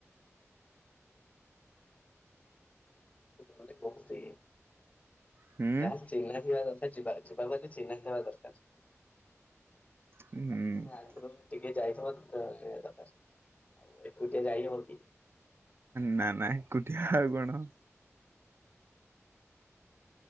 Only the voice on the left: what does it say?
ତୁ ଘରେ କହୁଛି
ଯାହା ଚିନ୍ହା ଥିବ ଦରକା ଯିବା ଯିବାକୁ ହେଲେ ଚିହ୍ନା ହେବା ଦରକାର।
ମାନେ ଆଗରୁ ଟିକେ ଯାଇଥିବ <inaudible> ଆଉ ଏକୁଟିଆ ଯାଇ ହେବ କି?